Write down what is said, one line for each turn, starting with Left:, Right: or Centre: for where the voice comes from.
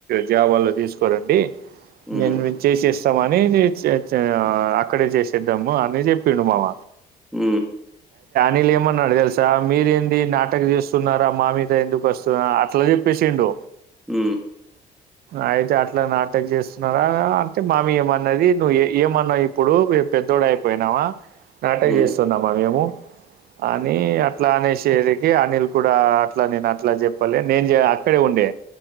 Right: జావాలో తీసుకోొ చూడండి
Centre: హ్మ్,
Right: నేను విచేసే ఇస్తా అని చ ఛ అక్కడే చేసేద్దాము అని చెప్పిండు మావ
Centre: ఉ
Right: వీళ్లు ఏమన్నారు తెలుసా మీరే నా బట్టకు చేస్తున్నారా మా మీద ఎందుకు వస్తున్న అట్లా చెప్పేసిండు
Centre: ఉ
Right: అయితే అట్లా నాటక్ చేస్తున్నారా అంటే మామి ఏమన్నది నువ్వు ఏమన్నావు ఇప్పుడు పెద్దోడయిపోయినావా నాటక్
Centre: హ్మ్,
Right: చేస్తున్నామా మేము అని అట్లా అనేశేది. అనిల్ కూడా అట్లా నేను అట్లా చెప్పలె, నేను అక్కడే ఉండే.